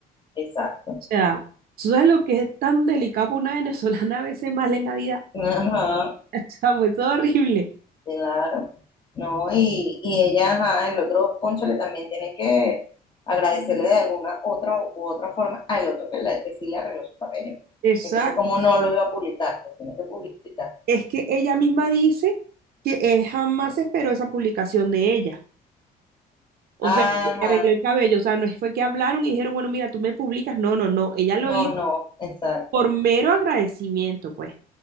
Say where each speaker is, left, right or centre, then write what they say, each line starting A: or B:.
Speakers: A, on the left; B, on the right.
A: Exacto.
B: O sea, ¿tú sabes lo que es tan delicado para una venezolana a veces más en Navidad? <laughs>
A: Ajá.
B: O sea, fue todo horrible.
A: Claro, ¿no? Y, y ella, ajá, el otro cónchale también tiene que agradecerle de alguna otra u otra forma al otro que, la, que sí le arregló su cabello.
B: Exacto.
A: Entonces, como no lo iba a publicar? Lo tiene que publicar.
B: Es que ella misma dice que él jamás esperó esa publicación de ella. O
A: Ajá,
B: sea, que le arregló el cabello. O sea, no fue que hablaron y dijeron, bueno, mira, tú me publicas. No, no, no. Ella lo
A: no,
B: hizo
A: no, exacto,
B: por mero agradecimiento, pues.